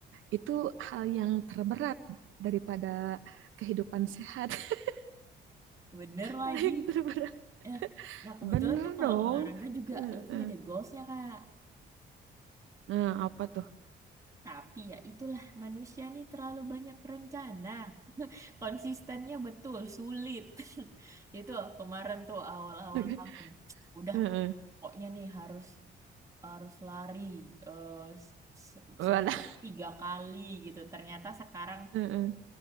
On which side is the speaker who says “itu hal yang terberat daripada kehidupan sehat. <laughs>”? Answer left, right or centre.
Right